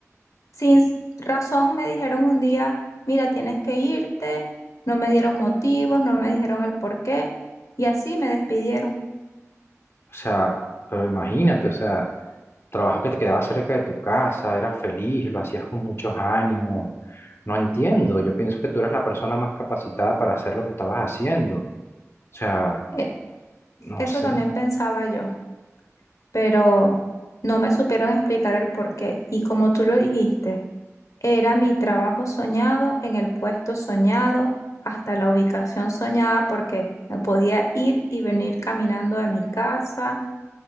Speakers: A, on the left (about 80°); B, on the left (about 50°).
A: sin razón me dijeron un día, mira, tienes que irte, no me dieron motivos, no me dijeron el por qué, y así me despidieron.
B: O sea, pero imagínate, o sea, trabajo que te quedaba cerca de tu casa, eras feliz, lo hacías con muchos ánimos. No entiendo, yo pienso que tú eras la persona más capacitada para hacer lo que estabas haciendo. O sea,
A: E-
B: no
A: Eso
B: sé,
A: también pensaba yo, pero no me supieron explicar el por qué. Y como tú lo dijiste, era mi trabajo soñado, en el puesto soñado, hasta la ubicación soñada, porque me podía ir y venir caminando de mi casa